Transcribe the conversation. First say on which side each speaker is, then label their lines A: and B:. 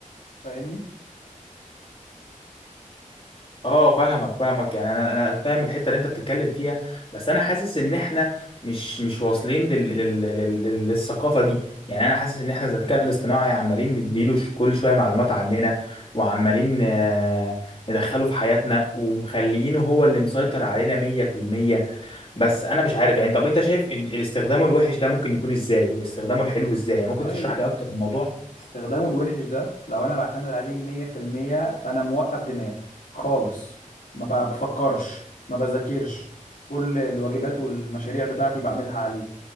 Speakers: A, on the left (about 85°); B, on the left (about 40°).
A: فاهمني
B: اه فاهمك فاهمك يعني انا انا أنا فاهم الحته اللي انت بتتكلم فيها بس انا حاسس ان احنا مش مش واصلين لل... لل... لل... لل- للثقافه دي يعني انا حاسس ان احنا الذكاء الاصطناعي عمالين نديله ش- كل شويه معلومات عننا وعمالين آه، ندخله في حياتنا ومخليينه هو اللي مسيطر علينا 100% بس انا مش عارف يعني طب انت شايف ان استخدامه الوحش ده ممكن يكون ازاي واستخدامه الحلو ازاي يعني ممكن
A: والله
B: تشرح لي اكتر الموضوع
A: استخدامه الوحش ده لو انا بعتمد عليه 100% فانا موقف دماغي خالص ما بفكرش ما بذاكرش كل الواجبات والمشاريع بتاعتي بعملها عليه